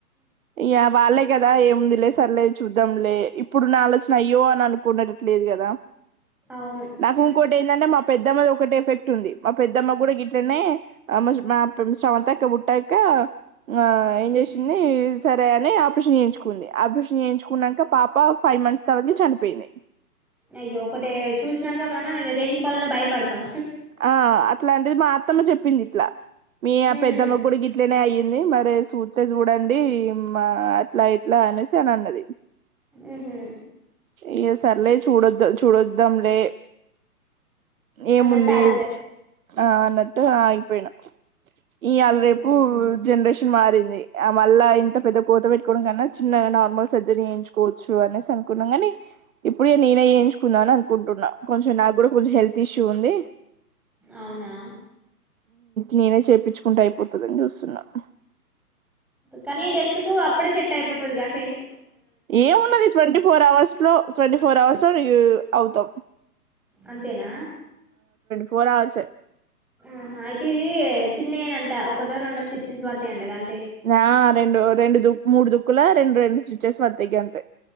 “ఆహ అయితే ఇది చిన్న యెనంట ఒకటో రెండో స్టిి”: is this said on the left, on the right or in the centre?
Centre